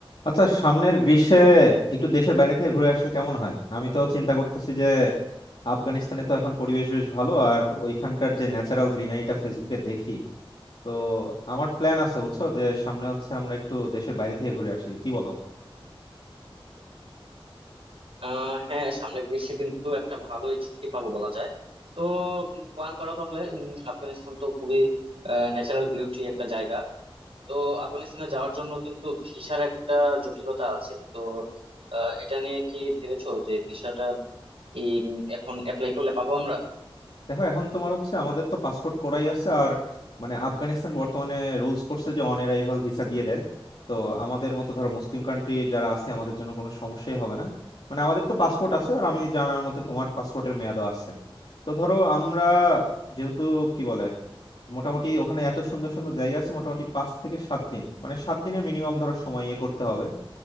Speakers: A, on the left (about 60°); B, on the right (about 70°).
A: আচ্ছা সামনের গ্রীষ্মে একটু দেশের বাইরে থেকে ঘুরে আসলে কেমন হয় আমি তো চিন্তা করতেছি যে আফগানিস্তানে তো এখন পরিবেশ বেশ ভালো আর ওইখানকার যে ন্যাচারাল গ্রিনারিটা ফেসবুকে দেখি তো আমার প্ল্যান আছে বুঝছো যে সামনে হচ্ছে আমরা একটু দেশের বাইরে থেকে ঘুরে আসি কি বলো
B: আহ হ্যাঁ সামনে গ্রীষ্মে কিন্তু একটা ভালোই ছুটি পাবো বলা যায় তো প্ল্যান করো তাহলে উম, আফগানিস্তান তো খুবই ন্যাচারাল বিউটি একটা জায়গা তো আফগানিস্তানে যাওয়ার জন্য কিন্তু ভিসার একটা জটিলতা আছে তো আহ, এটা নিয়ে কি ভেবেছো যে ভিসাটা কি উম, এখন অ্যাপ্লাই করলে পাবো আমরা
A: দেখো এখন তোমার হচ্ছে আমাদের তো পাসপোর্ট করাই আছে আর মানে আফগানিস্তান বর্তমানে রুলস করছে যে অন অ্যারাইভাল ভিসা দিয়ে দেয় তো আমাদের মতো ধরো মুসলিম কান্ট্রি যারা আছে আমাদের জন্য কোনো সমস্যাই হবে না মানে আমাদের তো পাসপোর্ট আছে আর আমি জানার মতে তোমার পাসপোর্টের মেয়াদও আছে তো ধরো আমরা যেহেতু কি বলে মোটামুটি ওখানে এত সুন্দর সুন্দর জায়গা আছে মোটামুটি পাঁচ থেকে সাত দিন মানে সাত দিনের মিনিমাম ধরো সময় ইয়ে করতে হবে